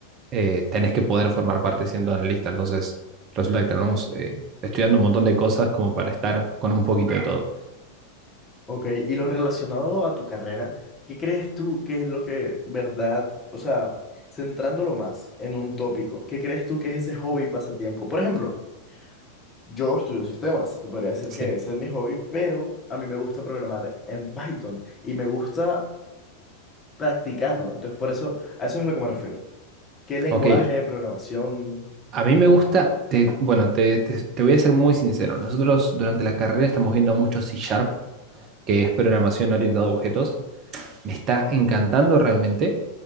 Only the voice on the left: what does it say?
Ok, y lo relacionado a tu carrera, ¿qué crees tú que es lo que, verdad, o sea, centrándolo más en un tópico, ¿qué crees tú que es ese hobby pasatiempo? Por ejemplo, yo estudio sistemas, se podría decir
que ese es mi hobby, pero a mí me gusta programar en Python y me gusta practicarlo, entonces por eso, a eso es a lo que me refiero. ¿Qué lenguaje
de programación